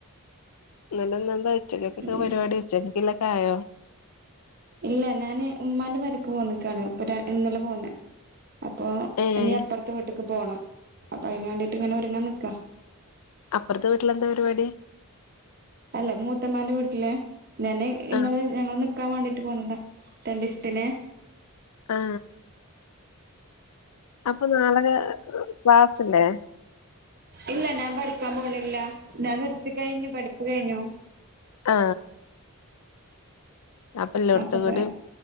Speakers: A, on the left; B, on the right.
A: ന്നട്ടെന്നന്താ ഉച്ചക്കൊക്കെ
B: ഉം
A: പരിപാടി ഉച്ചക്കക്കിലൊക്കെ ആയോ
B: ഇല്ല ഞാന് ഉമ്മാന്റെ പരക്ക് പോന്നകാണ് ഇപ്പ ര ഇന്നലെ പോന്നെ അപ്പൊ
A: ഏഹ്
B: ഇഞ് അപ്പറത്തെ വീട്ടേക്ക് പോണം അപ്പൊ അതിന് വേണ്ടീട്ട് ഇങ്ങനെ ഒരുങ്ങാൻ നിക്കാം
A: അപ്പറത്തെ വീട്ടിലെന്താ പരിപാടി
B: അല്ല മൂത്തമാന്റെ വീട്ടില് ഞാന് ഇങ്ങള്
A: ആഹ്
B: ഞങ്ങള് നിക്കാൻ വേണ്ടീട്ട് പോണതാ രണ്ടിസത്തിന്
A: ആ അപ്പൊ നാളക ക്ലാസ്സ്ല്ലേ
B: ഇല്ല ഞാൻ പഠിക്കാൻ പോണില്ല ഞാൻ നിർത്തി കഴിഞ്ഞു പഠിപ്പു കഴിഞ്ഞു
A: ആ അപ്പള്ളോടത്ത
B: അപ്പൊ
A: കൂടി
B: പ